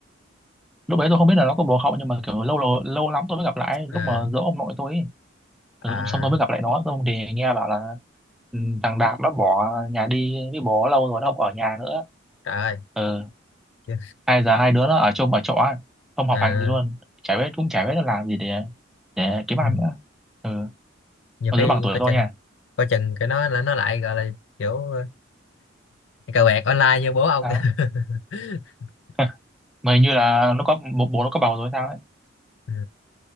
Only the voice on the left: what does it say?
à
à
trời ơi
Chưa.
à,
ừ.
nhiều
khi
coi
chừng
coi chừng cái nó là nó lại gọi là kiểu ờ, cờ bạc online như bố ông
<laughs>
ừ.